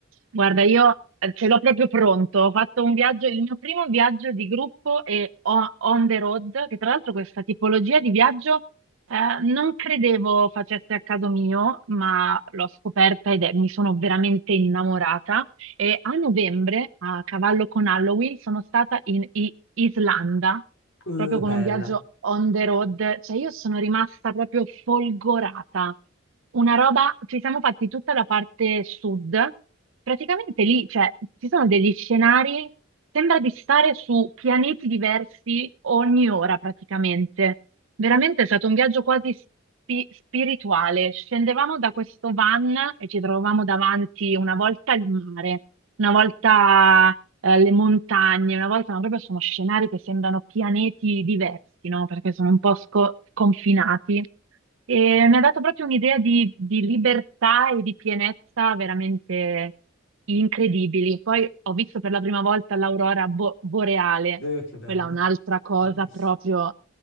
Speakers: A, on the right (about 70°); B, on the left (about 65°).
A: Guarda, io eh, ce l'ho proprio pronto. Ho fatto un viaggio, il mio primo viaggio di gruppo e o- on the road, che tra l'altro questa tipologia di viaggio eh, non credevo facesse a caso mio, ma l'ho scoperta ed è- mi sono veramente innamorata. E a novembre, a cavallo con Halloween, sono stata in I- Islanda,
B: Eh,
A: proprio con
B: bella,
A: un viaggio on the
B: bella.
A: road, cioè io sono rimasta proprio folgorata. Una roba, ci siamo fatti tutta la parte sud, praticamente lì, cioè, ci sono degli scenari, sembra di stare su pianeti diversi ogni ora praticamente. Veramente è stato un viaggio quasi spi- spirituale. Scendevamo da questo van e ci trovavamo davanti una volta il mare, una volta eh, le montagne, una volta, ma proprio sono scenari che sembrano pianeti diversi, no? Perché sono un po' sco- sconfinati. E mi ha dato proprio un'idea di, di libertà e di pienezza veramente incredibili. Poi ho visto per la prima volta l'aurora bo- boreale,
B: Eh, che bello,
A: quella è un'altra cosa
B: bellissimo.
A: proprio